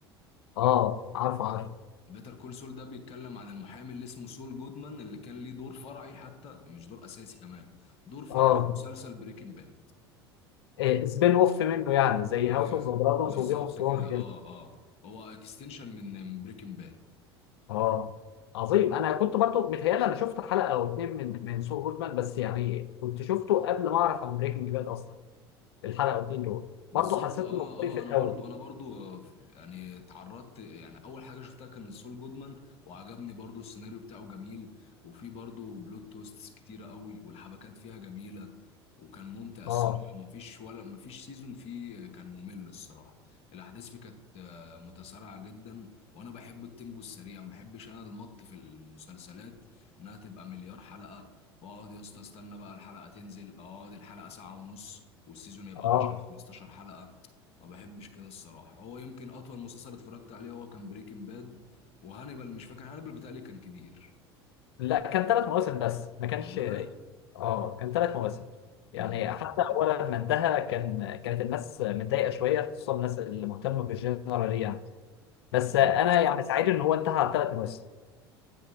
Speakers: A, on the left; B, on the left.
A: اه عارف عارف
B: بيتر كول سول ده بيتكلم عن المحامي اللي اسمه سول جودمان اللي كان ليه دور فرعي حتى مش دور اساسي كمان دور فرعي
A: اه
B: في مسلسل بريكنج باد
A: إيه سبين اوف منه يعني زي
B: ايوه
A: هاوس اوف ذا دراجونز
B: بالظبط
A: وجيم اوف ثرونز
B: كده اه
A: كده
B: اه هو اكستنشن من من بريكنج باد
A: اه عظيم انا كنت برضو متهيألي انا شفت حلقه او اتنين من من سو جودمان بس يعني كنت شفته قبل ما اعرف عن بريكنج باد اصلا الحلقه او اتنين دول
B: بالظبط
A: برضو حسيت
B: اه
A: انه بطيء في
B: اه
A: الاول
B: انا برضو انا برضو آه، يعني اتعرضت يعني اول حاجه شفتها كان سول جودمان وعجبني برضو السيناريو بتاعه جميل وفي برضو بلوت تويستس كتيره قوي والحبكات فيها جميله وكان ممتع
A: اه
B: الصراحه مفيش ولا مفيش سيزون فيه كان ممل الصراحه الاحداث فيه كانت آه، متسارعه جدا وانا بحب التيمبو السريع ما بحبش انا المط في المسلسلات انها تبقى مليار حلقه واقعد يا اسطى استنى بقى الحلقه تنزل اقعد الحلقه ساعه ونص والسيزون يبقى
A: اه
B: 10 15 حلقه ما بحبش كده الصراحه هو يمكن اطول مسلسل اتفرجت عليه هو كان بريكنج باد وهانيبال مش فاكر هانيبال بتهيألي كان كبير
A: لا كان ثلاث مواسم بس ما كانش
B: والله
A: اه كان ثلاث مواسم يعني
B: امم
A: حتى اول ما انتهى كان كانت الناس متضايقه شويه خصوصا الناس اللي مهتمه بالجنرال يعني بس
B: ايوه
A: انا
B: يا اسطى.
A: يعني سعيد ان هو انتهى على ثلاث مواسم